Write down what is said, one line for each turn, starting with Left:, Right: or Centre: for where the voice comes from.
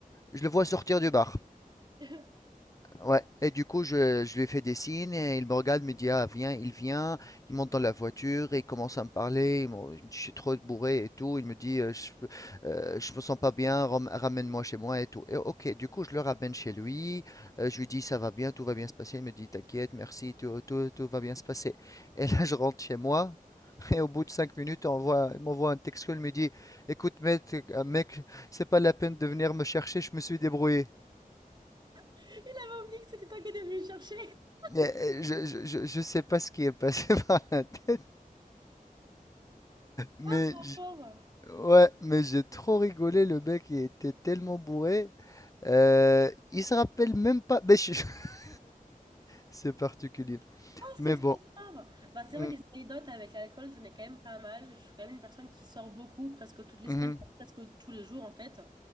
Left: je le vois sortir du bar.
Right: <laughs> Il
Left: Ouais. Et du coup, je, je lui fais des signes et il me regarde, me dit, ah, viens, il vient. Il monte dans la voiture et il commence à me parler. Il me- je me dis, je suis trop bourré et tout. Il me dit, euh, je, peux- euh, je me sens pas bien, ram- ramène-moi chez moi et tout. Et ok, du coup, je le ramène chez lui. Euh, je lui dis, ça va bien, tout va bien se passer. Il me dit, t'inquiète, merci, tout, tout, tout va bien se passer. Et là, je rentre chez moi. <laughs> Et au bout de cinq minutes, on voit, il m'envoie un texto, il me dit, écoute, mec, euh, mec, c'est pas la peine de venir me chercher, je me suis débrouillé.
Right: avait oublié que c'était toi qui étais venu le chercher. <laughs>
Left: Mais, heu, je je je je sais pas ce qui est passé <laughs> par la tête, mais
Right: Oh, trop
Left: j
Right: fort!
Left: ouais, mais j'ai trop rigolé, le mec, il était tellement bourré, heu, il se rappelle même pas mais je je <laughs> c'est particulier. Mais
Right: C'est trop
Left: bon.
Right: fort! Bah, c'est
Left: Mmh.
Right: vrai, des anecdotes avec l'alcool, j'en ai quand même pas mal. Je suis quand même une personne qui sort beaucoup, presque toutes les
Left: Mmh
Right: semaines,
Left: mh.
Right: voire presque tous les jours en fait.